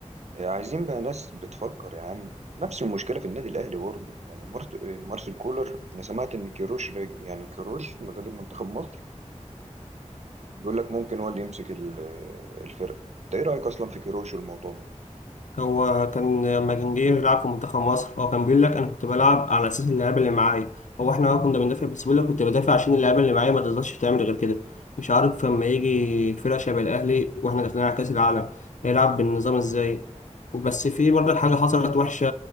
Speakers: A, on the right; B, on the left.
A: آه، عايزين بقى ناس بتفكر يا عم نفس المشكله في النادي الاهلي برضه يعني مارت- مارسيل كولر انا سمعت ان كيروش راجع يعني كيروش مدرب منتخب مصر بيقول لك ممكن هو اللي يمسك ال- الفرقة انت ايه رأيك اصلا في كيروش والموضوع ده
B: هو كان لما كان جه يلعب في منتخب مصر هو كان بيقول لك انا كنت بلعب على اساس اللعيبه اللي معايا هو احنا كنا بندافع بس بيقول لك كنت بدافع عشان اللعيبه اللي معايا ما تقدرش تعمل غير كده مش عارف لما يجي فرقه شبه الاهلي واحنا داخلين على كاس العالم هيلعب بالنظام ازاي بس في برضه حاجه حصلت وحشه